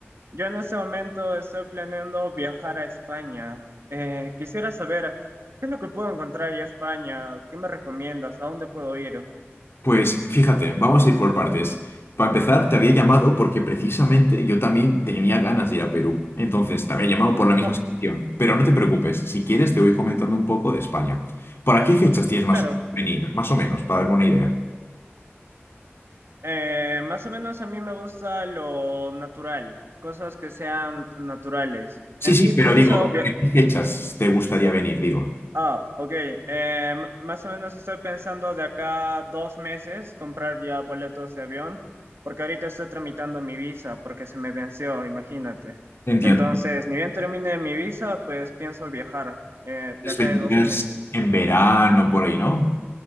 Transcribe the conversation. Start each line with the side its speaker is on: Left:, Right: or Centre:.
Right: yo en este momento estoy planeando viajar a España. Eh, quisiera saber qué es lo que puedo encontrar en España, qué me recomiendas, a dónde puedo ir.
Left: Pues fíjate, vamos a ir por partes. Para empezar, te había llamado porque precisamente yo también tenía ganas de ir a Perú. Entonces, te había llamado por la misma
Right: Oh,
Left: situación. Pero no te preocupes, si quieres te voy comentando un poco de España. ¿Para qué fechas tienes
Right: claro.
Left: más o- venir? Más o menos, para darme una idea.
Right: Eh, más o menos a mí me gusta lo natural, cosas que sean naturales.
Left: Sí,
Right: En
Left: sí,
Right: sí pienso
Left: pero digo,
Right: via-
Left: ¿qué fechas te gustaría venir? Digo.
Right: Ah, ok. Eh, m- más o menos estoy pensando de acá dos meses comprar ya boletos de avión, porque ahorita estoy tramitando mi visa, porque se me venció, imagínate.
Left: Entiendo.
Right: Entonces, ni bien termine mi visa, pues pienso viajar eh, de
Left: Entonces,
Right: acá
Left: vendrías
Right: de dos meses.
Left: en verano por ahí, ¿no?